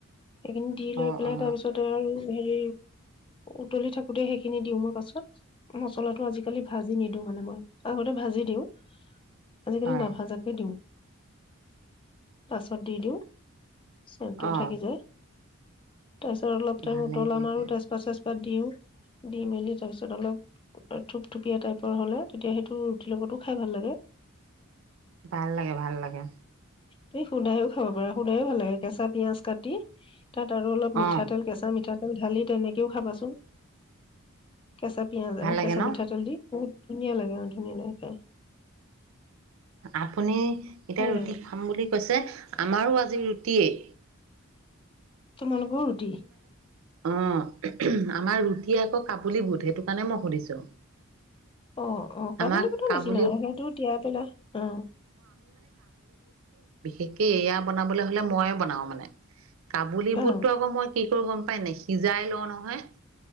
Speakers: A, on the left (about 25°); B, on the right (about 65°).
A: এইখিনি দি লৈ
B: অ
A: পেলাই
B: অ
A: তাৰ পিছতে আৰু হেৰি উতলি থাকোতে সেইখিনি দিও মই পাছত৷ মচলাটো আজিকালি ভাজি নিদিওঁ মানে মই আগতে ভাজি দিওঁ আজিকালি
B: হয়
A: নাভাজাকে দিওঁ পাছত দি দিওঁ চনটোও
B: অ
A: থাকি যায়৷ তাৰপছত অলপ টাইম
B: ভালে
A: উতলাম
B: হৈছে
A: আৰু তেজপাত চেজপা তাত দিও দি মেলি তাৰপিছত অলপ থুপথুপীয়া টাইপৰ হলে তেতিয়া সেইটো ৰুটিৰ লগতো খাই ভাল লাগে৷
B: ভাল লাগে ভাল লাগে
A: তুমি সুদাই খাব পাৰা সুদাই ভাল লাগে কেঁচা পিয়াজ কাটি তাত আৰু অলপ মিঠাতেল
B: অ
A: কেঁচা মিঠা ঢালি তেনেকেও খাবাচোন কেচাঁ পিয়াজ
B: ভাল
A: আৰু
B: লাগে
A: কেঁচা
B: ন
A: মিঠাতেল দি বহুত ধুনীয়া লাগে অ ধুনীয়া লাগে খাই৷
B: আপুনি এতিয়া
A: ভাল
B: ৰুটি
A: লাগে
B: খাম বুলি কৈছে আমাৰো আজি ৰুটিয়েই
A: তোমালোকৰো ৰুটি
B: অ আমাৰ ৰুটি আকৌ কাবুলী বুট সেইটো কাৰণে মই সুধিছো৷
A: অ অ
B: আমাক
A: কাবুলি বুটৰ
B: কাবুলী
A: নিচিনা সেইটো তিয়াই পেলাই আহ
B: একেই এয়া বনাবলৈ হলে মইয়ে বনাও মানে! কাবুলি বুট
A: অ
B: তাকে আকৌ মই কি <unintelligible> ত গম পাই নে সিজাই লওঁ নহয়